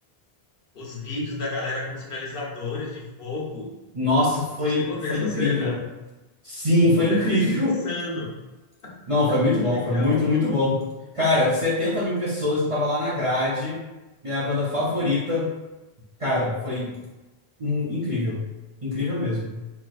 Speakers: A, on the left; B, on the right.
A: os vídeos da galera com sinalizadores de fogo.
B: Nossa, foi,
A: Você chegou a
B: foi
A: ver essa
B: incrível.
A: cena?
B: Sim, foi
A: Deve
B: incrível.
A: ter sido insano.
B: <laughs> Não,
A: <laughs>
B: foi muito
A: Que
B: bom,
A: legal.
B: foi muito, muito bom. Cara, 70 mil pessoas, eu tava lá na grade, minha banda favorita. Cara, foi hum, incrível. Incrível mesmo.